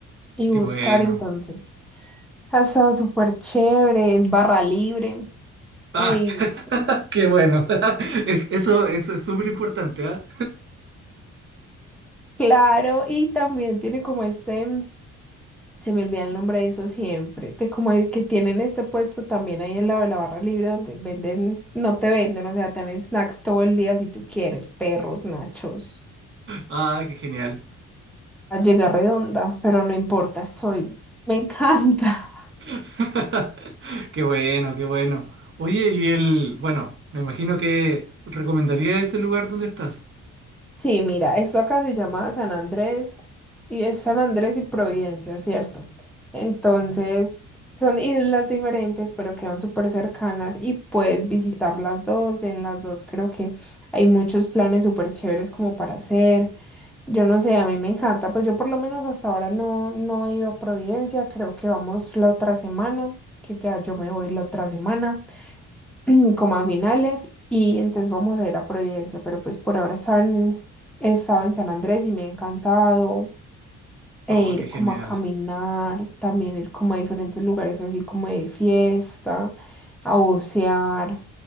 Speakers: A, in the centre; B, on the right (about 40°).
A: y
B: Qué
A: buscar
B: bueno.
A: entonces. Ha estado súper chévere, es barra libre.
B: Ah,
A: Ay,
B: <laughs> qué bueno. <laughs> Es, eso, eso es súper importante, ¿ah?
A: claro, y también tiene como este, se me olvida el nombre de eso siempre, de como el que tienen este puesto también ahí al lado de la barra libre donde venden, no te venden, o sea, tienen snacks todo el día si tú quieres, perros, nachos,
B: Ah, qué genial.
A: a llegar redonda, pero no importa, soy, me encanta.
B: <laughs> Qué bueno, qué bueno. Oye, y el, bueno, me imagino que recomendaría ese lugar donde estás.
A: Sí, mira, esto acá se llama San Andrés y es San Andrés y Providencia, ¿cierto? Entonces, son islas diferentes, pero quedan súper cercanas y puedes visitar las dos. En las dos creo que hay muchos planes súper chéveres como para hacer. Yo no sé, a mí me encanta, pues yo por lo menos hasta ahora no, no he ido a Providencia, creo que vamos la otra semana, que ya yo me voy la otra semana. <clears throat> como a finales y entonces vamos a ir a Providencia, pero pues por ahora están, he estado en San Andrés y me ha encantado e
B: Oh,
A: ir
B: qué genial.
A: como a caminar, también ir como a diferentes lugares así como de fiesta, a bucear,